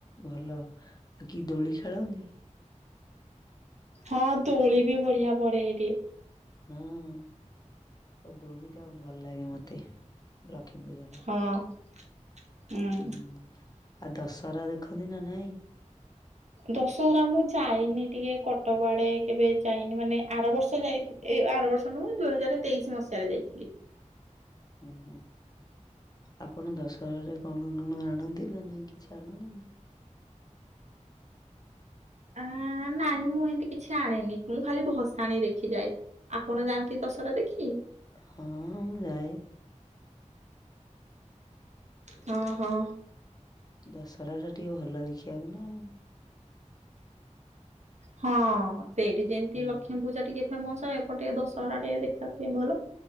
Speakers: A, on the left; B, on the right.
A: ଭଲ ଆଉ କି ଦୋଳି ଖେଳନି।
B: ହଁ ତୋଳି ବି ବଢିଆ ପଡେ ଏଇଠି।
A: ହଁ ଦୋଳି ଟା ଭଲ ଲାଗେ ମତେ ଲକ୍ଷ୍ମୀ ପୂଜାରେ।
B: ହଁ। ଉଁ
A: ହୁଁ ଆଉ ଦଶହରା ଦେଖନ୍ତି ନା ନାଇଁ।
B: ଦଶହରା ମୁଁ ଯାଇନି ଟିକେ କଟକ ଆଡେ କେବେ ଯାଇନି ମାନେ ଆର ବର୍ଷ ଯାଇଥି ଏଇ ଆର ବର୍ଷ ନୁହଁ ଦୁଇ ହଜାର ତେଇଶି ମସିହାରେ ଯାଇଥିଲି।
A: ଉଁ ହୁଁ। ଆପଣ ଦଶହାରେ କଣ କଣ ଆଣନ୍ତି ନା ନାଇଁ କିଛି ଆଣନ୍ତିନି।
B: ଆ ନାଇଁ ମୁଁ ଏମିତି କିଛି ଆଣେନି ମୁଁ ଖାଲି ଭସାଣି ଦେଖିଯାଏ। ଆପଣ ଯାଆନ୍ତି ଦଶହରା ଦେଖି?
A: ହଁ ମୁଁ ଯାଏ।
B: ହଁ ହଁ।
A: ଦଶହରା ଟା ଟିକେ ଭଲ ଦେଖିବାକୁ ନା ଆଉ।
B: ହଁ ସେଇଠି ଯେମତି
A: ହୁଁ
B: ଲକ୍ଷ୍ମୀ ପୂଜା ଟିକେ ଫେମସ ଏପଟ ଟିକେ ଦଶହରା ଟିକେ ଦେଖିବାକୁ ପାଇଁ ଭଲ